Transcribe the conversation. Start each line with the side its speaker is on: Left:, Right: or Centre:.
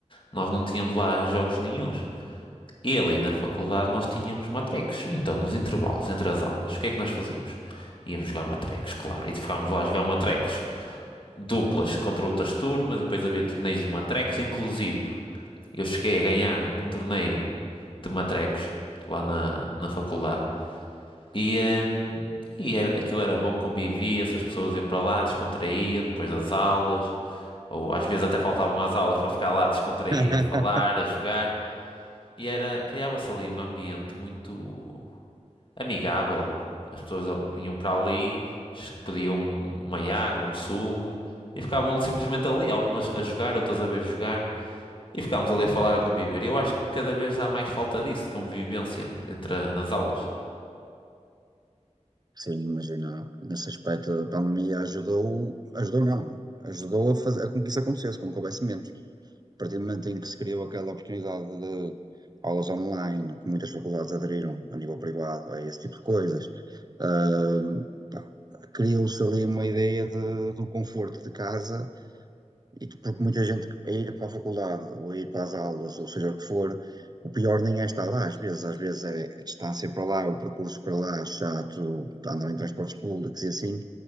Left: nós não tínhamos lá jogos nenhuns. E ali na faculdade nós tínhamos matrecos, e então nos intervalos entre as aulas, o que é que nós fazíamos? Íamos jogar matrecos, claro, e ficámos lá a jogar matrecos. duplas contra outras turmas e depois havia torneios de matrecos. Inclusive, eu cheguei a ganhar um torneio de matrecos lá na, na faculdade. E, hum, e era- aquilo era bom, convivia-se, as pessoas iam para lá, descontraíam depois das aulas, ou às vezes até faltavam às aulas para ficar lá a descontrair,
Right: <laughs>
Left: a falar, a jogar. E era, criava-se ali um ambiente muito, amigável. As pessoas vinham para ali, s- pediam um, uma água, um sumo e ficavam simplesmente ali, algumas a jogar, outras a ver jogar e ficávamos ali a falar, a conviver. Eu acho que cada vez há mais falta disso, de convivência entre a- nas aulas.
Right: Sim, imagina, nesse aspecto a pandemia ajudou, ajudou não, ajudou a, fazer, a com que isso acontecesse, com que houvesse menos. a partir do momento em que se criou aquela oportunidade de aulas online, que muitas faculdades aderiram a nível privado a esse tipo de coisas, ah, pá, criou-se ali uma ideia de- do conforto de casa, e tu- porque muita gente a ir para a faculdade, ou a ir para as aulas, ou seja o que for, o pior nem é estar lá, às vezes, às vezes é a distância para lá, o percurso para lá, chato, andar em transportes públicos e assim,